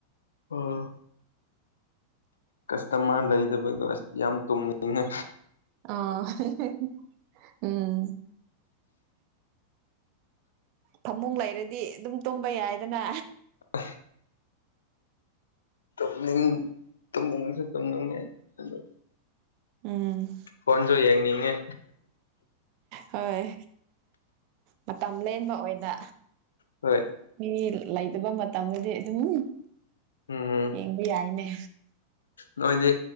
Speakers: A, on the left; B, on the right.
A: ꯑꯣ ꯀ꯭ꯁꯇꯃꯔ ꯂꯩꯗꯕ ꯗꯣ ꯑꯁ ꯌꯥꯝ ꯇꯨꯝꯅꯤꯡ ꯉꯦ
B: ꯑꯥ <unintelligible> ꯎꯝ ꯐꯥꯃꯨꯡ ꯂꯩꯔꯗꯤ ꯑꯗꯨꯝ ꯇꯨꯝꯕ ꯌꯥꯏꯗꯅ
A: ꯑ ꯇꯨꯝꯅꯤꯡ ꯇꯨꯝꯅꯤꯡ ꯁꯨ ꯇꯨꯝꯅꯤꯡ ꯉꯦ ꯑꯗꯨ
B: ꯎꯝ
A: ꯐꯣꯟꯁꯨ ꯌꯦꯡꯅꯤꯡꯉꯦ
B: ꯍꯣꯏ ꯃꯇꯝ ꯂꯦꯟꯕ ꯑꯣꯏꯅ
A: ꯍꯣꯏ
B: ꯃꯤ ꯂꯩꯗꯕ ꯃꯇꯝꯗꯗꯤ ꯑꯗꯨꯝ
A: ꯎꯝ
B: ꯌꯦꯡꯕ ꯌꯥꯏꯅꯦ
A: ꯅꯣꯏꯗꯤ